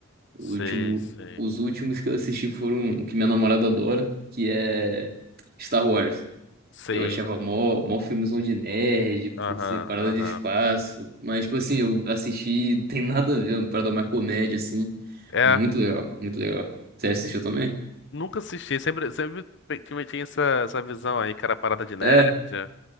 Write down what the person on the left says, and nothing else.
Sei,
sei.
Sei.
Aham,
aham.
É,
nunca assisti. Sempre, sempre pe- tive- tinha essa, essa visão aí que era parada de nerd.